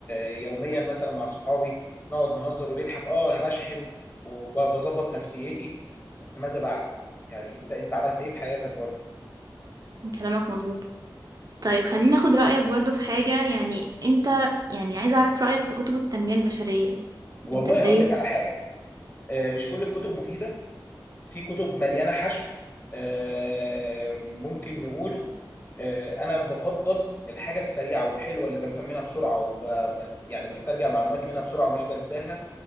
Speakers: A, on the left (about 25°); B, on the right (about 50°).
A: آه، يوميا مثلا مع صحابي نقعد نهزر ونضحك أه أنا بشحن وبظبط نفسيتي بس ماذا بعد؟ يعني أنت أنت عملت إيه في حياتك برضو؟
B: كلامك مظبوط طيب خليني اخد رأيك برضو في حاجة يعني انت يعني عايز اعرف رأيك في كتب التنمية البشرية
A: والله
B: انت شايف
A: هقول لك على حاجه آه، مش كل الكتب مفيده في كتب مليانه حشو آه، ممكن نقول آه، انا بفضل الحاجه السريعه والحلوه اللي بفهم منها بسرعه وبس يعني بسترجع معلوماتي منها بسرعه ومش بنساها